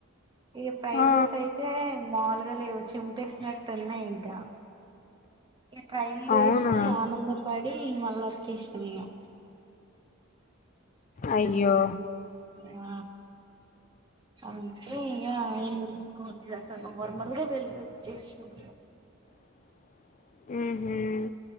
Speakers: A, on the right; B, on the left.
A: ఇగ ప్రైజెస్
B: ఆ
A: అయితే మాల్ గా లేవు చింపేసినట్టు.. ఉన్నాయ్ ఇంకా... ఇగ ట్రైల్ జేశి
B: అవునా
A: ఆనందపడి ఇ మళ్ళా వచ్చ్ శేష్ నమీగా..
B: అయ్యో..
A: ఆ అందుకే ఇగ ఏం తీసుకొలే ర్ మాల్ గా వెలోచ్ చేసినమ్
B: <inaudible> హ్మ్